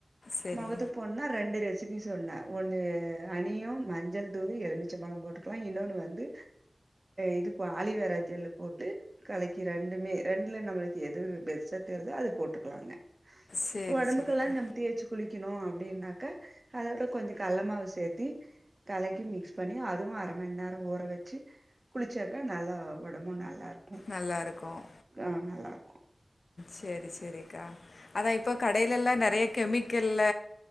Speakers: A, on the left; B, on the right.
A: சரி
B: முகத்து போனு நா ரெண்டு ரெசிபி சொன்னேன் ஒன்னு அனியும் மஞ்சள் தூள் எலுமிச்சைம்பழம் போட்டு ப்ற இன்னொன்னு வந்து இதுப்பா ஆலிவரா ஜெல்லு போட்டு கலக்கி ரெண்டுமே ரெண்டுல நம்மளுக்கு எது பெஸ்ட்டா தெரிதோ அது போட்டுக்கலாங்க
A: சரி
B: உடம்புக்கெல்லா
A: சரிக்கா
B: நம்ப தேச்சு குளிக்கணு அப்டின்னாக்க அதோட கொஞ்சோ கள்ளமாவ சேர்த்தி கலக்கி மிக்ஸ் பண்ணி அதுவு அரை மணி நேரம் ஊற வச்சு குளிச்சாக்க நல்லா உடம்பு நல்லாருக்கு
A: நல்லா இருக்கும்
B: ஆ நல்லாருக்கு
A: செரி செரிக்கா அதா இப்போ கடைலல்லா நெறய கெமிக்கல்ல